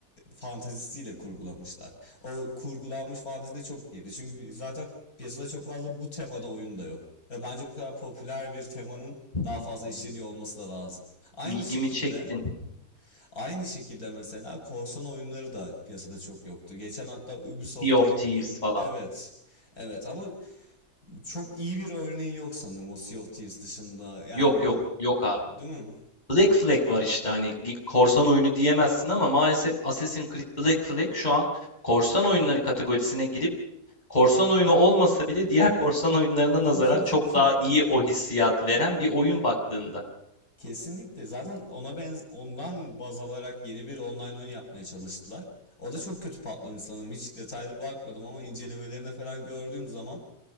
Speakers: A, on the left; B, on the left.
A: fantazisiyle kurgulamışlar. O kurgulanmış fantezi de çok keyifli. Çünkü zaten piyasada çok fazla bu temada oyun da yok. Ve bence bu kadar popüler bir temanın
B: Hmm.
A: daha fazla işleniyor olması da lazım. Aynı
B: İlgimi
A: şekilde,
B: çektin.
A: aynı şekilde mesela korsan oyunları da piyasada çok yoktu. Geçen hatta Ubisoft
B: Sea of
A: yeni
B: Thieves
A: bir oyun.
B: falan.
A: Evet. Evet ama çok iyi bir örneği yok sanırım o Sea of Thieves dışında. Yani
B: Yok
A: bu
B: yok, yok abi.
A: değil mi?
B: Black Flag var işte hani korsan oyunu diyemezsin ama maalesef Assassin's Creed Black Flag şu an korsan oyunları kategorisine girip Korsan oyunu olmasa bile diğer korsan oyunlarına
A: <laughs>
B: nazaran çok daha iyi o hissiyat veren bir oyun baktığında.
A: Kesinlikle. Zaten ona benz ondan baz alarak yeni bir online oyun yapmaya çalıştılar. O da çok kötü patlamış sanırım. Hiç detaylı bakmadım ama incelemelerine falan gördüğüm zaman